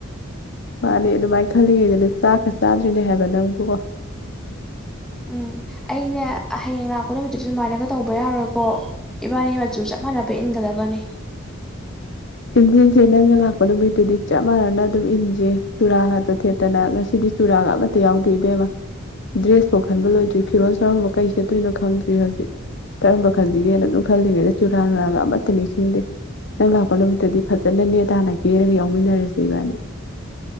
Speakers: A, on the left; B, in the centre.
A: ꯃꯥꯅꯦ ꯑꯗꯨꯃꯥꯏ ꯈꯜꯂꯤꯉꯩꯗꯅꯦ ꯆꯥꯛ ꯆꯥꯗ꯭ꯔꯤꯅꯦ ꯍꯥꯏꯕ ꯅꯪꯕꯨ
B: ꯎꯝ ꯑꯩꯅꯦ ꯍꯌꯦꯡ ꯂꯥꯛꯄ ꯅꯨꯃꯤꯠꯇꯨꯗ ꯑꯗꯨꯃꯥꯏꯅꯒ ꯇꯧꯕ ꯌꯥꯔꯣꯏꯀꯣ ꯏꯕꯥꯅꯤ ꯃꯆꯨ ꯆꯞ ꯃꯥꯟꯅꯕ ꯏꯟꯒꯗꯕꯅꯦ
A: ꯏꯟꯖꯦ ꯏꯟꯖꯦ ꯅꯪꯅ ꯂꯛ ꯄ ꯅꯨꯃꯤꯠꯇꯨꯗꯤ ꯆꯞ ꯃꯥꯟꯅꯅ ꯑꯗꯨꯝ ꯏꯟꯖꯦ ꯆꯨꯔꯥ ꯉꯠꯇ ꯊꯦꯠꯇꯅ ꯉꯁꯤꯗꯤ ꯆꯨꯔꯥꯒ ꯑꯃꯠꯇ ꯌꯥꯎꯗꯦ ꯏꯕꯦꯝꯃ ꯗ꯭ꯔꯦꯁꯐꯧ ꯈꯟꯕ ꯂꯣꯏꯗ꯭ꯔꯤ ꯐꯤꯔꯣꯜ ꯁꯣꯔꯝꯕ ꯀꯩ ꯁꯦꯠꯇꯣꯏꯅꯣ ꯈꯪꯗ꯭ꯔꯤ ꯍꯧꯖꯤꯛ ꯀꯔꯝꯕ ꯈꯟꯖꯤꯒꯦꯅ ꯗꯨꯝ ꯈꯜꯂꯤꯉꯩꯗ ꯆꯨꯔꯥꯟ ꯂꯥꯒ ꯑꯃꯠꯇ ꯅꯤꯡꯁꯤꯡꯗꯦ ꯅꯪꯂꯥ ꯄꯅꯨꯃꯤꯠꯇꯨꯗꯤ ꯐꯖꯅ ꯅꯦ ꯇꯥꯅ ꯀꯦꯔꯒ ꯌꯥꯎꯃꯤꯟꯅꯔꯖꯦ ꯏꯕꯥꯅꯤ